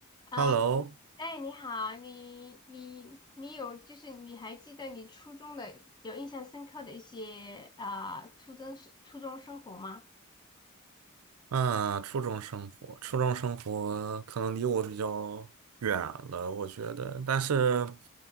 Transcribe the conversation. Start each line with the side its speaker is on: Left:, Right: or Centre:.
Left: 啊，
Right: Hello，
Left: 哎，你好，你你你有就是你还记得你初中的有印象深刻的一些啊、初中生初中生活吗？
Right: 啊，初中生活，初中生活可能离我比较远了，我觉得，但是